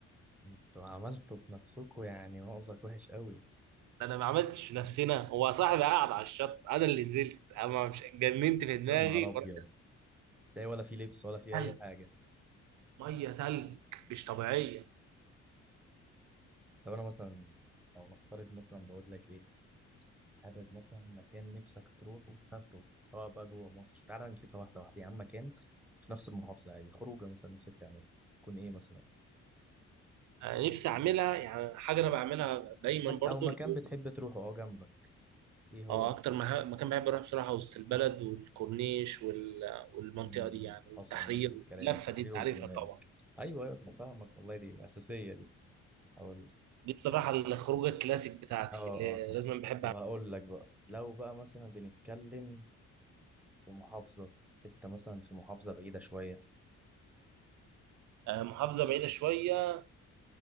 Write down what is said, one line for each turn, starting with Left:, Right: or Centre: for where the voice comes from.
Centre: انتوا عملتوا في نفسكوا يعني مأزق وحش قوي
Right: انا ما عملتش في نفسنا هو صاحبي قاعد على الشط انا اللي نزلت انا ما مش جننت في دماغي
Centre: يا نهار ابيض
Right: ورحت
Centre: تلاقي ولا في لبس ولا في
Right: تلج
Centre: اي حاجه
Right: ميه تلج مش طبيعيه
Centre: طب انا مثلا لو نفترض مثلا بقول لك ايه حابب مثلا مكان نفسك تروحه وتسافره سواء بقى جوه مصر تعالى نمسكها واحده واحده يا عم مكان في نفس المحافظة عادي خروجة مثلا نفسك تعملها تكون ايه مثلا
Right: أنا نفسي اعملها يعني حاجه انا بعملها دايما
Centre: مك...
Right: برضو
Centre: او مكان
Right: اللي هو
Centre: بتحب تروحه اه جنبك ايه هو
Right: اه اكتر مها- مكان بحب اروح بصراحه وسط البلد والكورنيش وال... والمنطقه
Centre: مم،
Right: دي يعني والتحرير
Centre: حصل نفس الكلام
Right: اللفه
Centre: تحرير
Right: دي انت
Centre: والزمالك
Right: عارفها طبعا
Centre: ايوه ايوه أنا فاهمك والله دي اساسية دي او ال-
Right: دي بصراحه الخروجه الكلاسيك بتاعتي
Centre: اه
Right: اللي
Centre: اه فاهم.
Right: لازم بحب
Centre: طب
Right: اعملها
Centre: هقول لك بقى لو بقى مثلا بنتكلم في محافظة انت مثلا في محافظة بعيدة شوية
Right: آه، محافظه بعيده شويه